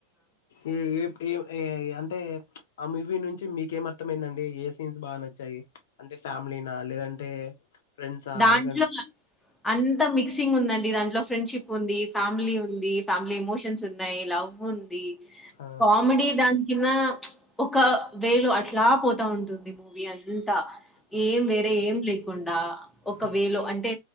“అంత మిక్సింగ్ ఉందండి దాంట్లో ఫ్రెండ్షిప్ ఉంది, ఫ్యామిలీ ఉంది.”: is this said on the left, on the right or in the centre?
Centre